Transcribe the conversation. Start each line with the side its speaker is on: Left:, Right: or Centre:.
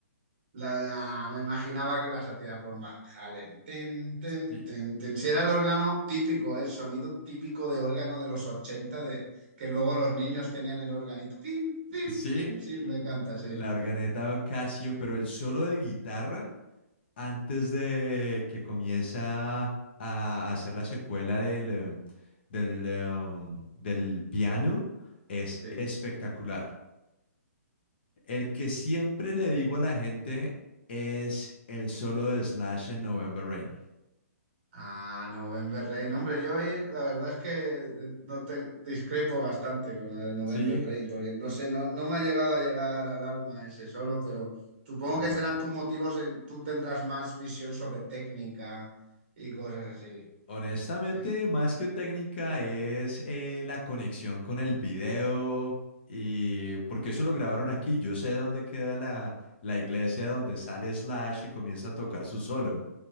Right: La, ah, me imaginaba que ibas a tirar por Van Halen. Tin, tin,
Left: Sí,
Right: tin, tin. Si era el órgano típico, el sonido típico de órgano de los 80, de, que luego los niños tenían el organito. Pim, pim,
Left: sí,
Right: pim. Sí, me encanta, sí.
Left: la organeta Casio, pero el solo de guitarra. antes de que comienza a hacer la secuela del, em, del, em, del piano, es
Right: Sí.
Left: espectacular. El que siempre le digo a la gente es el solo de Slash en November Rain.
Right: Ah, no, November Rain. Hombre, yo ahí la verdad es que eh, no te- discrepo bastante con el November
Left: Sí,
Right: Rain, porque no sé, no, no me ha llegado a llegar al alma ese solo, pero supongo
Left: bueno.
Right: que serán tus motivos, en- tú tendrás más visión sobre técnica y cosas así.
Left: Honestamente,
Right: Sí,
Left: más que técnica es eh, la conexión con el video y porque eso lo grabaron aquí. Yo sé dónde queda la, la iglesia donde sale Slash y comienza a tocar su solo.